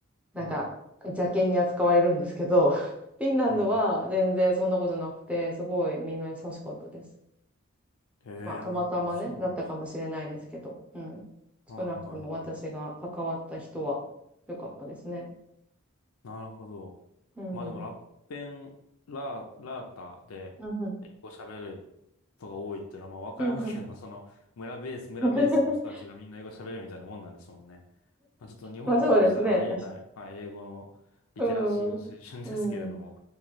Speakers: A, in the centre; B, on the left.
A: なんか、
B: うん、
A: 邪険に扱われるんですけど、<laughs> フィンランドは全然そんなことなくて、
B: うん。
A: すごいみんな優しかったです。
B: ええあ、
A: まあ、たまたまね、
B: そうなんです。
A: だったかもしれないですけど、うん。
B: はい、
A: 少なくとも私が関わった人は良かったですね。
B: はい、はい。なるほど。
A: うんうん。
B: まあでも、ラッペン、ラー、ラータで、
A: うんうん。
B: 英語喋る人が多いっていうのは、まあ、和歌山県の
A: うんうん。
B: <laughs> その、村ベース、村ベースの人たちがみんな英語喋れるみたいなもんなんですもんね。
A: <laughs>
B: まあ、ちょっと日本からしたらありえない、
A: まあそうですね。
B: はい、英語のリテラシーの水準ですけれども。
A: うん。うん。